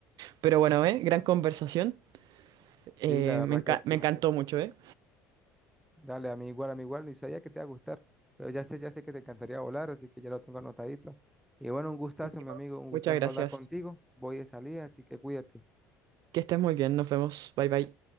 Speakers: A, on the right; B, in the centre.
A: Pero bueno, ¿eh? Gran conversación.
B: Sí,
A: Eh,
B: la verdad
A: me enca-
B: que sí.
A: me encantó mucho, ¿eh?
B: Dale, a mí igual, a mí igual, y sabía que te iba a gustar, pero ya sé, ya sé que te encantaría volar, así que ya lo tengo anotadito. Y bueno, un gustazo,
A: Y,
B: mi
A: bueno,
B: amigo, un gustazo
A: Muchas gracias.
B: hablar contigo. Voy de salida, así que cuídate.
A: Que estés muy bien, nos vemos. Bye bye.